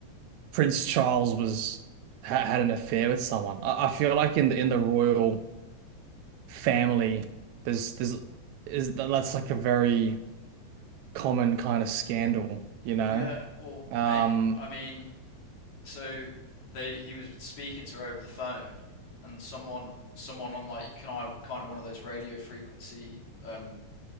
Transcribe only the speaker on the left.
Yeah, well,
mate, I mean, so they he was speaking to her over the phone, and someone someone on like can I kind of one of those radio frequency um,